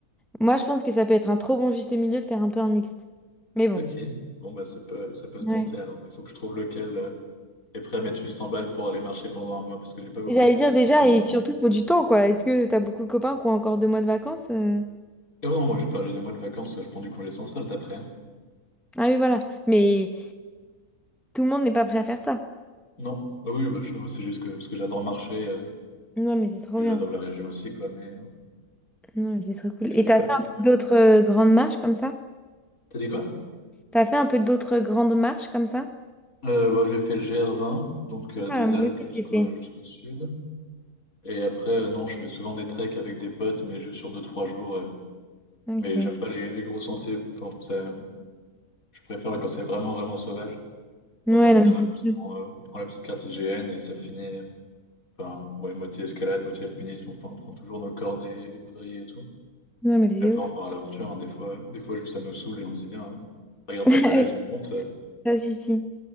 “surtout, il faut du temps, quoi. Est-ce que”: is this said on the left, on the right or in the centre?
Centre